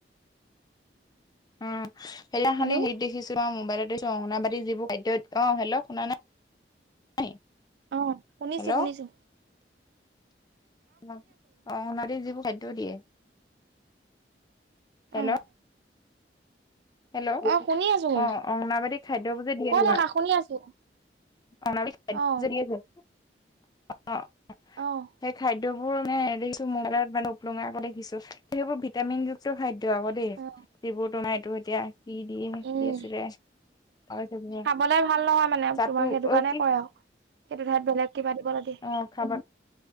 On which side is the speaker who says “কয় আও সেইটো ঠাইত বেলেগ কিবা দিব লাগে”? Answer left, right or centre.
Right